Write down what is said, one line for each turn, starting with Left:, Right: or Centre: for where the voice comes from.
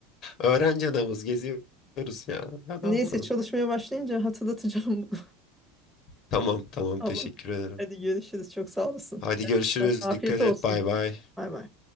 Left: öğrenci adamız geziyoruz ya. Ya
Centre: Neyse
Left: ne yapalım?
Centre: çalışmaya başlayınca hatırlatacağım bunu.
Left: Tamam tamam
Centre: <laughs> Ama
Left: teşekkür ederim.
Centre: hadi görüşürüz. Çok sağ olasın.
Left: Hadi
Centre: Kendine
Left: görüşürüz.
Centre: iyi bak. Afiyet
Left: Dikkat et.
Centre: olsun.
Left: Bay bay.
Centre: Bay bay.